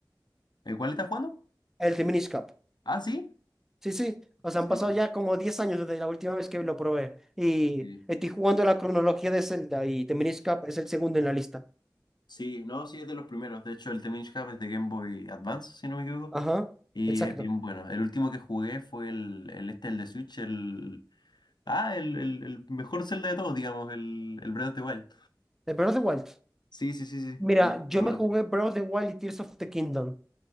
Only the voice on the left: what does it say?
eh, ¿cuál estás jugando?
Ah, sí.
Sí,
sí.
Sí,
Sí, no, sí, es de los primeros. De hecho, el The Minish Cap es de Game Boy Advance, si no me equivoco.
Y
es bien bueno. El último que jugué fue el, el este, el de Switch, el. Ah, el, el, el mejor Zelda de todos, digamos, el, el Breath of the Wild.
Sí, sí, sí, sí.
Lo dije, lo
dije.